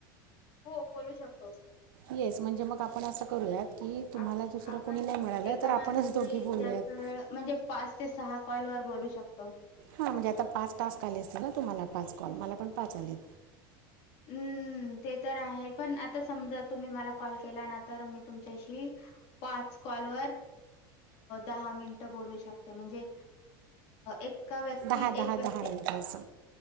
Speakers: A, on the left; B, on the right.
A: हो बोलू शकतो.
B: येस म्हणजे मग आपण असं करूयात की तुम्हाला
A: आप
B: दुसरं
A: आपण
B: कोणी नाही मिळालं
A: एका
B: तर आपणच
A: माणसाशी
B: दोघी बोलूयात
A: जास्त वेळ म्हणजे पाच ते सहा कॉल वर बोलू शको. शकतो.
B: हा म्हणजे आता पाच टास्क आले असतील ना तुम्हाला पाच कॉल मला पण पाच आलेत.
A: हम्म. ते तर आहे पण आ समजा तुम्ही मला कॉल केला मी तुमच्याशी पाच कॉलवरर दहा मिनट बोलू शकते म्हणजे एक का व्यक्ती
B: दहा दहा
A: एक व्यक्ती
B: दहा मिनटाचं